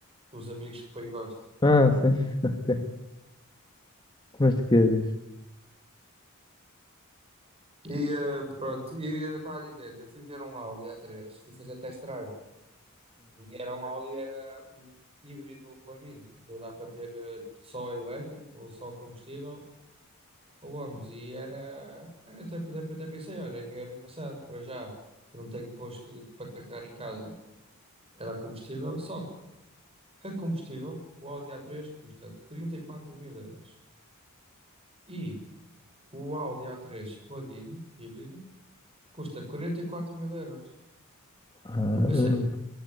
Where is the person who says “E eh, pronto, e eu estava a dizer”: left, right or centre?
Right